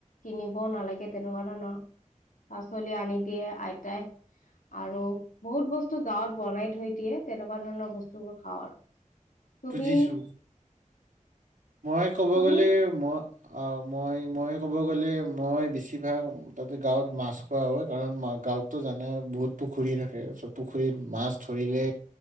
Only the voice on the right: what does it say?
বুজিছো মই ক'ব
গ'লে মই অ মই মই ক'ব গ'লে মই বেছিভাগ তাতে গাঁৱত মাছ খোৱা হয় কাৰণা গাঁৱততো জানে বহুত পুখুৰী থাকে চব পুখুৰীত মাছ ধৰিলে